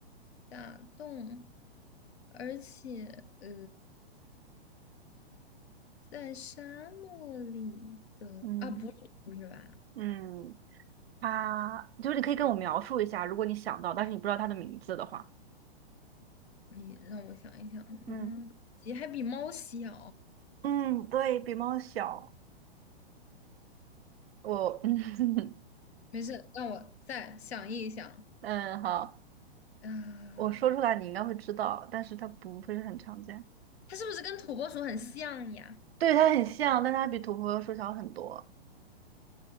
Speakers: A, on the left; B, on the right.
A: 打洞，而且呃，在沙漠里的啊，
B: 嗯
A: 不是不是吧？
B: 嗯，它就是你可以跟我描述一下，如果你想到，但是你不知道它的名字的话，
A: 你让我想一想，
B: 嗯
A: 嗯，鸡还比猫小，
B: 嗯，对，比猫小，我 <laughs> 嗯
A: 没事，让我再想一想
B: 嗯好，
A: 啊，
B: 我说出来你应该会知道，但是它不会很常见，
A: 它是不是跟土拨鼠很像呀？
B: 对，它很像，但它比土拨鼠小很多。